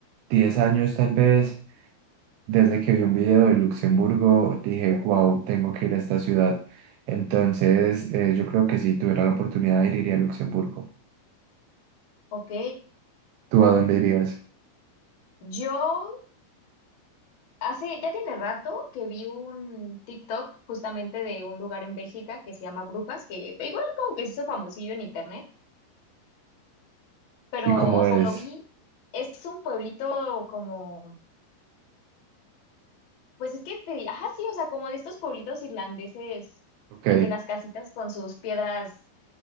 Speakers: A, on the right; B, on the left.
A: 10 años tal vez, Desde que vi un video de Luxemburgo, dije, wow, tengo que ir a esta ciudad. Entonces, eh, yo creo que si tuviera la oportunidad de ir, iría a Luxemburgo.
B: Ok,
A: ¿Tú a dónde irías?
B: yo Hace, ya tiene rato que vi un TikTok justamente de un lugar en Bélgica que se llama Brujas, que igual como que se hizo famosillo en internet, pero,
A: ¿Y cómo
B: o sea,
A: es?
B: lo vi, es un pueblito como, pues es que te, ajá, sí, o sea, como de estos pueblitos irlandeses,
A: Ok,
B: de que las casitas con sus piedras